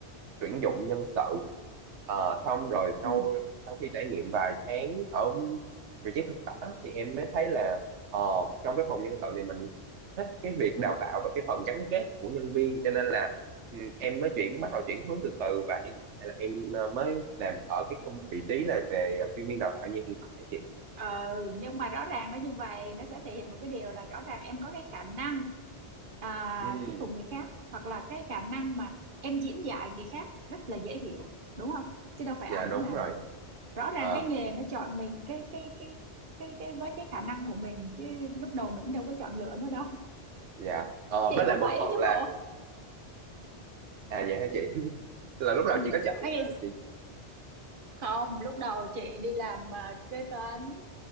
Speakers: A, on the right (about 85°); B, on the right (about 50°).
A: tuyển dụng nhân sự Ờ, xong rồi sau
B: Ừ.
A: sau khi trải nghiệm vài tháng ở vị trí thực tập á, thì em mới thấy là ờ, trong cái phòng nhân sự này mình thích cái việc đào tạo và cái phần gắn kết của nhân viên cho nên là ừ, em mới chuyển bắt đầu chuyển hướng từ từ và hiện tại là em ờ, mới làm ở cái công vị trí là về chuyên viên đào tạo như hiện tại á chị
B: Ờ, nhưng mà rõ ràng nó như vậy nó sẽ thể hiện một cái điều là rõ ràng em có cái khả năng à,
A: ừ,
B: thuyết phục người khác hoặc là cái khả năng mà em diễn dạy người khác rất là dễ hiểu đúng không chứ đâu phải
A: dạ
B: ai
A: đúng
B: cũng làm
A: rồi
B: được rõ ràng
A: Ờ,
B: cái nghề nó chọn mình cái cái cái cái cái với cái khả năng của mình chứ lúc đầu mình đâu có chọn lựa nó đâu <laughs>
A: dạ Ờ,
B: chị
A: với lại
B: cũng
A: một
B: vậy
A: phần
B: á chứ
A: là
B: bộ
A: à dạ hả chị <laughs> là lúc đầu
B: ừ.
A: chị có chọn
B: Anh ấy,
A: ờ, chị
B: không lúc đầu chị đi làm à, kế toán